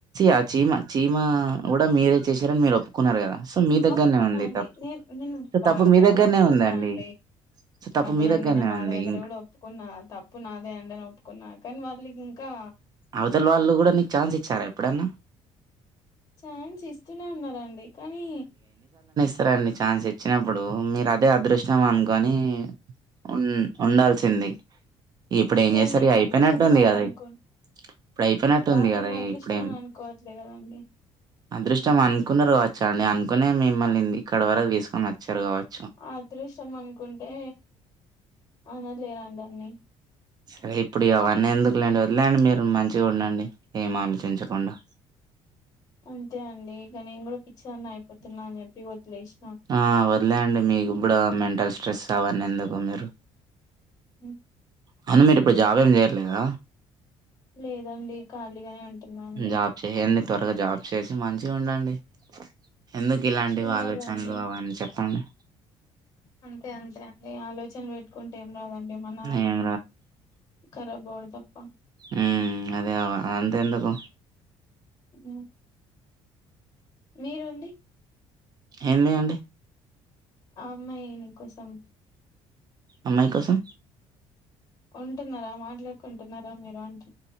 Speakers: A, on the right; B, on the left.
A: ఆ చీమ చీమ కూడా మీరే చేశారని మీరు ఒప్పుకున్నారు కదా సో మీ దగ్గరనే
B: ఆ ఒప్పుకున్నా
A: ఉంది
B: అండి
A: తప్పు
B: నేను నేను
A: సో
B: వాళ్ళతో
A: తప్పు మీ దగ్గరనే
B: కూడా ఒప్పుకున్నా
A: ఉందండి
B: అన్
A: సో తప్పు
B: అదే
A: మీ
B: అండి
A: దగ్గరనే
B: నేను వాళ్ళ
A: ఉంది
B: దగ్గర
A: ఇం
B: కూడా ఒప్పుకున్నా తప్పు నాదే అండి అని ఒప్పుకున్నా కానీ వాళ్ళు ఇంకా
A: అవతల వాళ్ళు కూడా నీకు ఛాన్స్ ఇచ్చారా ఎప్పుడన్నా
B: ఛాన్స్ ఇస్తూనే ఉన్నారండి కానీ
A: సరేండి ఛాన్స్ ఇచ్చినప్పుడు మీరు అదే అదృష్టం అనుకొని ఉ ఉండాల్సింది ఇప్పుడు ఏం
B: కానీ
A: చేసారు
B: నేను
A: అయిపోయినట్టుంది
B: అదృష్టం అనాలి
A: కదా
B: అనుకోను
A: ఇప్పుడు అయిపోయినట్టు
B: వాళ్ళు
A: ఉంది కదా
B: నేను అదృష్టం
A: ఇప్పుడేం
B: అని అనుకోవట్లే కదండి
A: అదృష్టం అనుకున్నారు కావచ్చా అండి అనుకునే మిమ్మల్ని ఎక్కడి వరకు తీసుకొని వచ్చారు కావచ్చు
B: అదృష్టం అనుకుంటే అన లేరండి అన్ని
A: సరే ఇప్పుడు అవన్నీ ఎందుకులేండి వదిలేండి మీరు మంచిగా ఉండండి ఏం ఆలోచించకుండా
B: అంతే అండి ఇక నేను కూడా పిచ్చోని అయిపోతున్నా అని చెప్పి వదిలేస్
A: ఆ వదిలే అండి మీకిప్పుడు మెంటల్ స్ట్రెస్ అవన్ని ఎందుకు మీరు
B: ఉ
A: అవును మీరు ఇప్పుడు జాబ్ ఏం చేయట్లేదా
B: లేదండి ఖాళీగానే అంటున్నా అండి
A: జాబ్ చేయండి త్వరగా జాబ్ చేసి మంచిగా ఉండండి ఎందుకు ఇలాంటివి
B: చూడాలండి
A: ఆలోచనలు అవని చెప్పండి
B: అంతే అంతే అండి ఆలోచనలు పెట్టుకుంటే ఏం రాదండి మన
A: ఏం
B: కార బోడ్ చెప్ప
A: హం అదే అవ అదంతా ఎందుకు
B: ఉ మీరండి
A: ఏం లేయంండి
B: అమ్మాయినికోసం
A: అమ్మాయి కోసం
B: ఉంటున్నారా మాట్లాడుకుంటున్నారా మీరు అంట